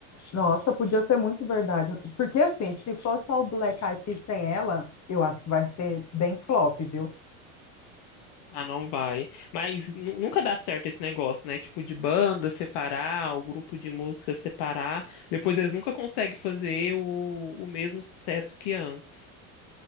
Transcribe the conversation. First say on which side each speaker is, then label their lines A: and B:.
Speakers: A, on the left; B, on the left.
A: Nossa, podia ser muito verdade. Porque assim, se for só o Black Eyed Peas sem ela, eu acho que vai ser bem flop, viu?
B: Ah, não vai. Mas nu- nunca dá certo esse negócio, né? Tipo, de banda separar, o grupo de música separar. Depois eles nunca conseguem fazer o, o mesmo sucesso que antes.